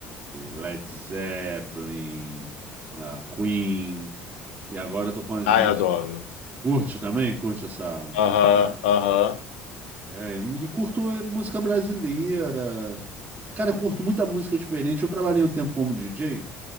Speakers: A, on the right; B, on the left.
A: Led Zeppelin, ah, Queen. E agora eu tô com as
B: Ai,
A: músicas.
B: adoro.
A: Curte também? Curte essa, essa
B: Aham,
A: pegada?
B: aham.
A: É, e curto é, música brasileira. Cara, eu curto muita música diferente. Eu trabalhei um tempo como DJ,